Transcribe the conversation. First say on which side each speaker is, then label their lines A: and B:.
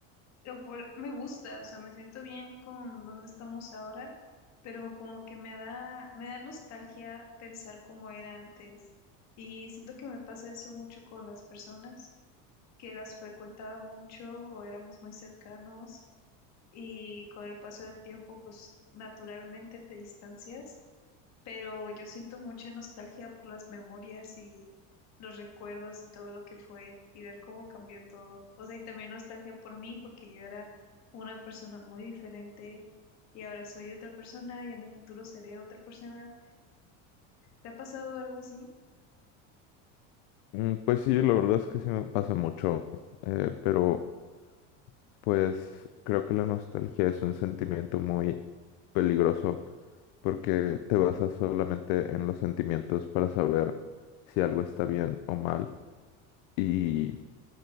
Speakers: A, on the left; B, on the left.
A: igual me gusta, o sea, me siento bien con donde estamos ahora, pero como que me da, me da nostalgia pensar cómo era antes. Y siento que me pasa eso mucho con las personas que las frecuentaba mucho o éramos muy cercanos y con el paso del tiempo, pues naturalmente te distancias, pero yo siento mucha nostalgia por las memorias y los recuerdos y todo lo que fue y ver cómo cambió todo. O sea, y también nostalgia por mí porque yo era una persona muy diferente y ahora soy otra persona y en el futuro seré otra persona. ¿Te ha pasado algo así?
B: Mm, Pues sí, la verdad es que sí me pasa mucho, eh, pero pues creo que la nostalgia es un sentimiento muy peligroso porque te basas solamente en los sentimientos para saber si algo está bien o mal y